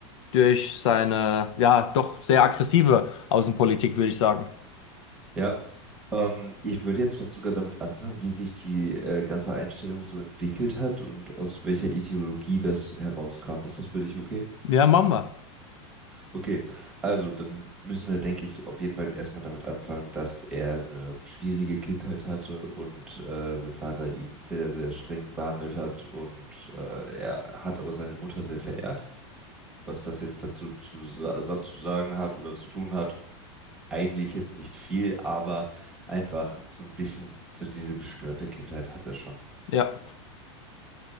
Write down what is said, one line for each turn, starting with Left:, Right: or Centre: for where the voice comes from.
Left: durch seine, ja, doch sehr aggressive Außenpolitik, würde ich sagen.
Centre: Ja. Ähm, ich würde jetzt fast sogar damit anfangen, wie sich die äh, ganze Einstellung so entwickelt hat und aus welcher Ideologie das herauskam. Ist das für dich okay?
Left: Ja, machen wir.
Centre: Okay, also dann müssen wir, denke ich, auf jeden Fall erstmal damit anfangen, dass er eine schwierige Kindheit hatte und äh, sein Vater ihn sehr, sehr streng behandelt hat und äh, er hat aber seine Mutter sehr verehrt. Was das jetzt dazu zu, sa- sa- zu sagen hat oder zu tun hat, eigentlich jetzt nicht viel, aber einfach so ein bisschen so diese gestörte Kindheit hat er schon.
Left: Ja.